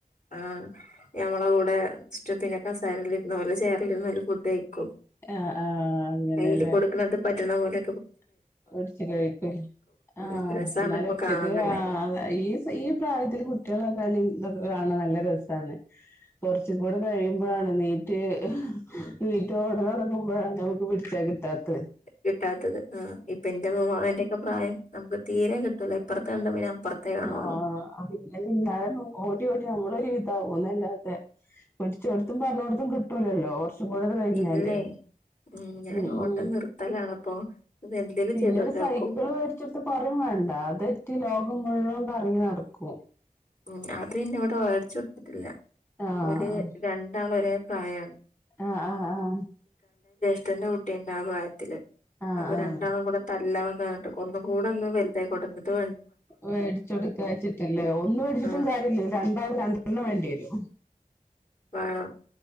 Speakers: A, on the left; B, on the left.
A: ആഹ് ഞമ്മളെ കൂടെ ഇഷ്ടത്തിന് കസേരലിരുന്ന്‌ ഓലെ ചെയർലിരുന്ന് ഓല് ഫുഡ് കഴി ക്കും
B: ആഹ് ആഹ് അങ്ങനെല്ലേ
A: കയ്ല് കൊടുക്കണത് പറ്റണ പോലെ
B: <unintelligible> കഴിക്കും
A: ഉം
B: ആഹ്
A: രസാണ്
B: എന്നാലും
A: ഇപ്പൊ
B: ഒറ്റക്ക്
A: കാണാൻ തന്നെ
B: ആ ഈ ഈ പ്രായത്തില് കുട്ട്യാളെ കളി ഇതൊക്കെ കാണ നല്ല രസാണ് കൊറച്ചും കൂടെ കഴിയുമ്പളാണ് നീറ്റ് നീറ്റ് ഓട തൊടങ്ങുമ്പയാണ് നമുക്ക് പിടിച്ച കിട്ടാത്തത്
A: കിട്ടാത്തത് ആ ഇപ്പന്റെ മോന്റെ ഒക്കെ പ്രായം നമുക്ക് തീരെ കിട്ടൂല ഇപ്പറത്ത് കണ്ട പിന്നെ അപ്പുറത്തേ കാണുള്ളൂ
B: ആഹ് പിന്നെ പിന്നാലെ ഓടി ഓടി നമ്മളൊരു വിധ ധാവൂന്നല്ലാത പിടിച്ചോട്ത്തും പറഞ്ഞോട്ത്തും കിട്ടൂലല്ലോ ചൂടണ് കഴിഞ്ഞാലേ
A: ഇല്ലേ ഞാൻ
B: ഉം
A: ഓട്ടം
B: ഉം
A: നിർത്തലാണിപ്പോ ഇത് എന്തേലും
B: പിന്നൊരു
A: ചെയ്തോട്ടെ
B: സൈക്കിള്
A: ഓക്കും
B: മേടിച്ച് കൊടുത്ത പറയ് വേ വേണ്ട അതെറ്റ് ലോകം മുഴുവൻ കറങ്ങി നടക്കും
A: ഉം അത് പിന്നെവിടെ വേടിച്ചു കൊടുത്തിട്ടില്ല
B: ആഹ്
A: ഓല് രണ്ടാളും ഒരേ പ്രായാണ്
B: ആഹ് ആഹ് ആഹ്
A: ച്ചന്റെ കുട്ടിണ്ട് ആ പ്രായത്തില്
B: ആഹ്
A: അപ്പൊ
B: ആഹ്
A: രണ്ടാളും കൂടെ തല്ലാവും ന്ന് പറഞ്ഞിട്ട് ഒന്നു കൂടെ ഒന്ന് വെല്തായിക്കോട്ടേ ന്ന്ട്ട് വേ
B: വേടിച്ചൊടുക്കച്ചിട്ടില്ലേ ഒന്ന് വേടിച്ചിട്ടും
A: ഉം
B: കാര്യല്ലെയ് രണ്ടാളും രണ്ടെണ്ണം വേണ്ടി വെരും
A: വാണം